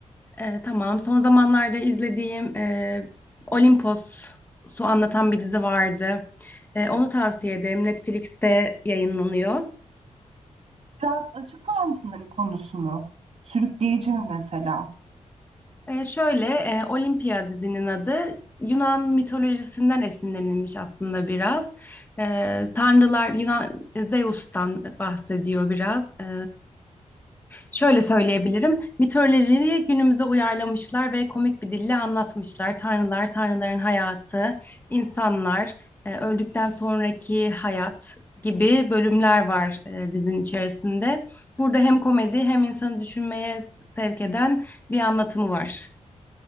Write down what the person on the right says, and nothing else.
Biraz açıklar mısın hani konusunu? Sürükleyici mi mesela?